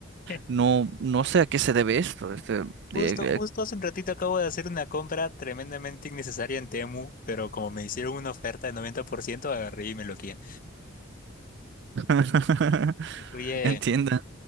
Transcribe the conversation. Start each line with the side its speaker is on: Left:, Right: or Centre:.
Left: <laughs>
Right: no, no sé a qué se debe esto, este, eh,
Left: Justo,
Right: eh,
Left: justo hace un ratito acabo de hacer una compra tremendamente innecesaria en Temu, pero como me hicieron una oferta de 90% agarré y me lo quité.
Right: <laughs>
Left: Influye.
Right: entienda.